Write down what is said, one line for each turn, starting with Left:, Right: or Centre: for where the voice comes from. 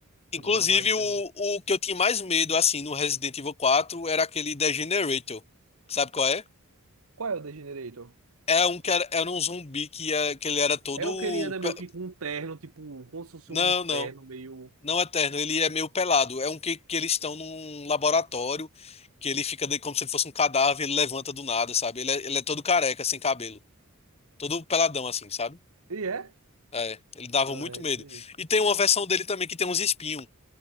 Left: Inclusive,
Right: Então vai ser
Left: o,
Right: um.
Left: o que eu tinha mais medo, assim, no Resident Evil 4 era aquele Degenerator. Sabe qual é?
Right: Qual é o Degenerator?
Left: É um que era, era um zumbi que, é- que ele era todo.
Right: É o que ele anda
Left: pe-
Right: meio que com um terno, tipo, como se fosse
Left: Não,
Right: um
Left: não.
Right: terno meio.
Left: Não eterno, ele é meio pelado. É um que, que eles estão num laboratório, que ele fica de, como se ele fosse um cadáver, ele levanta do nada, sabe? Ele é, ele é todo careca, sem cabelo. Todo peladão, assim, sabe?
Right: E é?
Left: É, ele dava
Right: Ah,
Left: muito
Right: é,
Left: medo.
Right: tem.
Left: E tem uma versão dele também que tem uns espinhos.